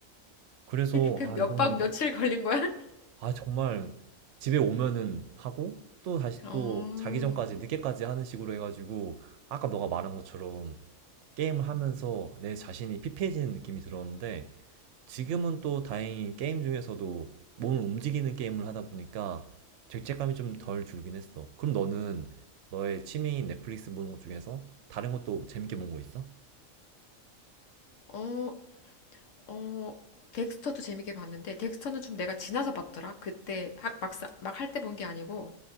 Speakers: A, on the right; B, on the left.
A: 그래서
B: 그
A: 아,
B: 몇
A: 이거는
B: 박 며칠 걸린 거야? <laughs>
A: 아, 정말 집에 오면은 하고 또 다시
B: 어,
A: 또 자기 전까지 늦게까지 하는 식으로 해가지고 아까 너가 말한 것처럼 게임을 하면서 내 자신이 피폐해지는 느낌이 들었는데 지금은 또 다행히 게임 중에서도 몸을 움직이는 게임을 하다 보니까 죄책감이 좀 덜 줄긴 했어. 그럼 너는 너의 취미인 넷플릭스 보는 것 중에서 다른 것도 재밌게 본 거 있어?
B: 어, 어, 덱스터도 재밌게 봤는데, 덱스터는 좀 내가 지나서 봤더라. 그때 학, 막상, 막 할 때 본 게 아니고,